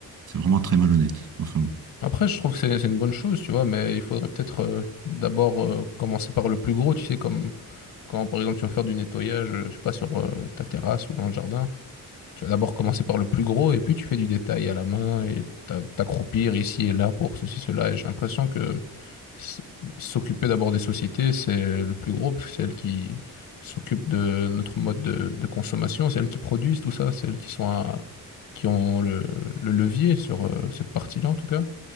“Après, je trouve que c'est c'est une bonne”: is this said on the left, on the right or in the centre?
Left